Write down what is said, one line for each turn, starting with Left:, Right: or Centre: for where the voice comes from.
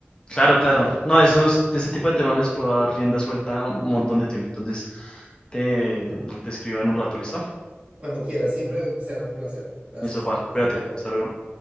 Left: Claro, claro. No, esos, de ese tipo de temas les puedo dar rienda suelta un montón de tiempo. Entonces, te, te escribo en un rato, ¿listo?
Right: cuando quieras. Siempre será un placer. Gracias,
Left: Listo, pa,
Right: Juan. Hasta
Left: cuídate.
Right: luego.
Left: Hasta luego.